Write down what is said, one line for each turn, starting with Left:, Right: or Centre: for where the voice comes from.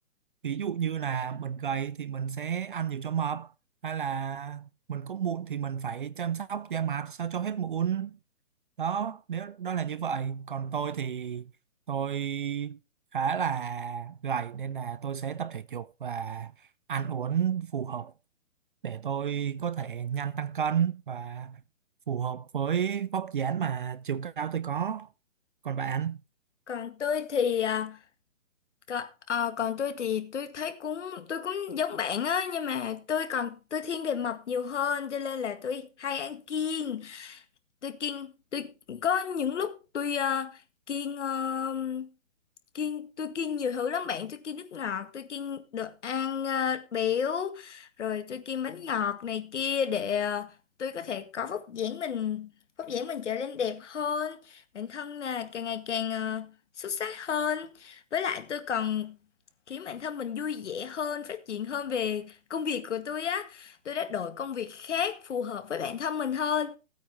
Right: ví dụ như là mình gầy thì mình sẽ ăn nhiều cho mập hay là mình có mụn thì mình phải chăm sóc da mặt sao cho hết mụn đó nếu đó là như vậy còn tôi thì tôi khá là gầy nên là tôi sẽ tập thể dục và ăn uống phù hợp để tôi có thể nhanh tăng cân và phù hợp với vóc dáng mà chiều cao tôi có còn bạn
Left: Còn tôi thì ờ, Còn, ờ, còn tôi thì tôi thấy cũng tôi cũng giống bạn á nhưng mà tôi còn tôi thiên về mập nhiều hơn cho nên là tôi hay ăn kiêng tôi kiêng tôi có những lúc tôi ờ, kiêng ờ, kiêng tôi kiêng nhiều thứ lắm bạn tôi kiêng nước ngọt tôi kiêng đồ ăn ờ, béo rồi tôi kiêng bánh ngọt này kia để ờ, tôi có thể có vóc dáng mình vóc dáng mình trở nên đẹp hơn bản thân là càng ngày càng ờ, xuất sắc hơn với lại tôi còn khiến bản thân mình vui vẻ hơn, phát triển hơn về công việc của tôi á. Tôi đã đổi công việc khác phù hợp với bản thân mình hơn,